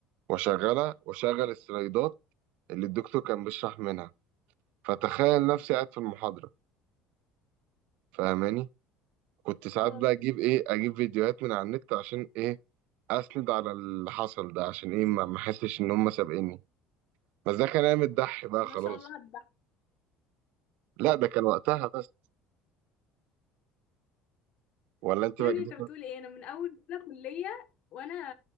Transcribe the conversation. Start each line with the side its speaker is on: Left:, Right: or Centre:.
Right: وشغلها وشغل السلايدات اللي الدكتور كان بيشرح منها فتخيل نفسي قاعد في المحاضرة فاهماني كنت ساعات
Left: اه
Right: بقى اجيب ايه اجيب فيديوهات من على النت عشان ايه اسند على اللي حصل ده عشان ايه ما ما احسش ان هم سابقيني بس ده كان ايام الدح بقى
Left: ما
Right: خلاص
Left: شاء الله على الضحك
Right: لا ده كان وقتها بس ولا انت
Left: يا
Right: بقى
Left: ابني
Right: جديد
Left: انت بتقول ايه انا من اول سنه كليه وانا